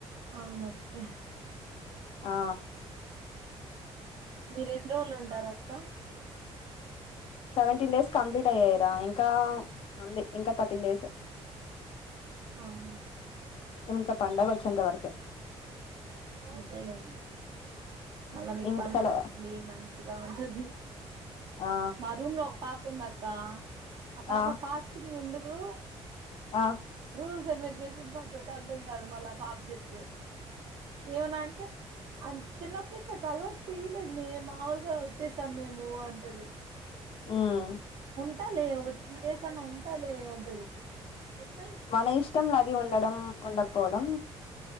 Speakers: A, on the right (about 50°); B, on the left (about 55°).
A: అవున్ మరచ్చిపోయా
B: ఆ
A: మీ ఎన్ని రోజులు ఉంటారా క్క
B: సెవెంటీన్ డేస్ కంప్లీట్ అయ్యాయి రా ఇంకా అంది ఇంకా థర్టీన్ డేస్
A: ఆహా
B: ఇంకా పండగ వచ్చేంత వరకే
A: అంతలే అండి మళ్ళా మీకు
B: ఇంసల
A: పండగ వస్తుంది మంచిగా ఉంటది
B: ఆ
A: మా రూమ్ లో పాప ఉందక్క పాప
B: ఆ
A: పాస్టింగ్ ఉండాదు దు
B: ఆ
A: రూల్స్ అండ్ రెగ్యులేషన్స్ అస్సల్కు అర్ధం కాదు పాప చెప్తే ఏమనా అంటే అం చిన్నప్పుడు ముచ్చట్ అలవాటు చేయలేదు. మేము మాముూలుగా వచ్చేసాం. మేము అంటది.
B: మ్మ్
A: ఉంటాలే ఒక త్రీ డేస్ అన్నా ఉంటాలే అంటది ముప్పై
B: మన ఇష్టం లే అది ఉండడం ఉండకపోవడం